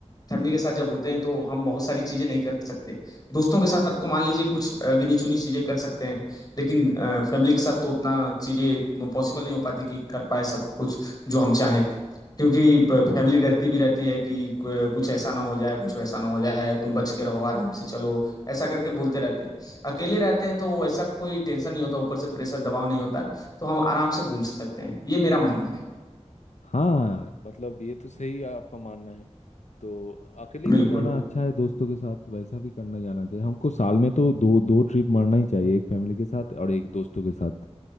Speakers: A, on the left (about 35°); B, on the left (about 80°).
A: फैमिली के साथ जब होते हैं तो हम बहुत सारी चीजें नहीं कर सकते दोस्तों के साथ तो मान लीजिए कुछ अ, गिनी चुनी चीजें कर सकते हैं लेकिन फैमिली के साथ तो उतना चीजें पॉसिबल नहीं हो पाती कि कर पाए सब कुछ जो हम चाहें क्योंकि फैमिली डरती भी रहती है कि क- कुछ ऐसा ना हो जाए कुछ वैसा ना हो जाए तुम बच के रहो आराम से चलो ऐसा करके बोलते रहते हैं अकेले रहते हैं तो ऐसा कोई टेंशन नहीं होता ऊपर से प्रेशर दबाव नहीं होता तो हम आराम से घूम सकते हैं ये मेरा मानना है
B: हाँ मतलब ये तो सही आपका मानना है तो अकेले
A: बिल्कुल
B: भी जाना अच्छा है दोस्तों के साथ वैसा भी करना जाना चाहिए हमको साल में तो दो दो ट्रिप मारना ही चाहिए एक फैमिली के साथ और एक दोस्तों के साथ